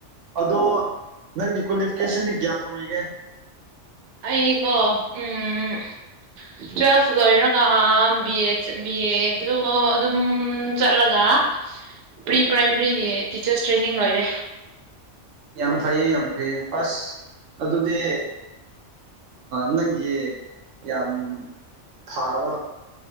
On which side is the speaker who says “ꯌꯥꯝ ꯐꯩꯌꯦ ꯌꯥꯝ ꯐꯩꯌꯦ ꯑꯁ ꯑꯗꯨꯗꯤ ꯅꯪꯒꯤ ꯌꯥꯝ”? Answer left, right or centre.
Right